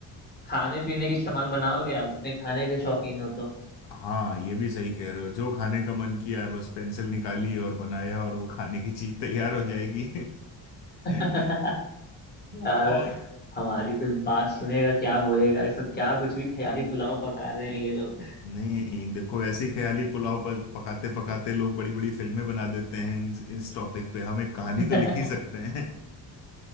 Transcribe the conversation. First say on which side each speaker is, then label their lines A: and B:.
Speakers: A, on the left; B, on the left.
A: खाने पीने के सामान बनाओगे आप इतने खाने के शौकीन हो तो
B: हाँ ये भी सही कह रहे हो जो खाने का मन किया बस पेंसिल निकाली और बनाया और वो खाने की चीज तैयार हो जाएगी <laughs>
A: <laughs> यार
B: और
A: हमारी कोई बात सुनेगा क्या बोलेगा ये सब क्या कुछ भी ख्याली पुलाव पका रहे हैं ये लोग
B: नहीं देखो ऐसी ख्याली पुलाव पर पकाते पकाते लोग बड़ी बड़ी फिल्में बना देते हैं इन, इस टॉपिक पे हम एक कहानी
A: <laughs>
B: तो लिख ही सकते हैं